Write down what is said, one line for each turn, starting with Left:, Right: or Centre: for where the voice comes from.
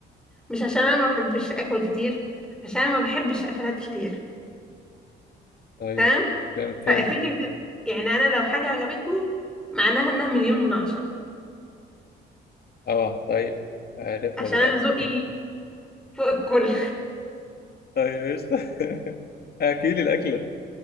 Centre: مش عشان أنا ما بحبش أكل كتير عشان أنا ما بحبش أكلات كتير
Left: طيب
Centre: تمام
Left: فهمت
Centre: ففكرة
Left: فهمت
Centre: يعني أنا لو حاجة عجبتني معناها إنها مليون من عشرة
Left: طبعا طيب عرفنا
Centre: عشان
Left: دلوقتي
Centre: أنا ذوقي فوق الكل
Left: طيب قشطة <laughs> احكي لي الأكلة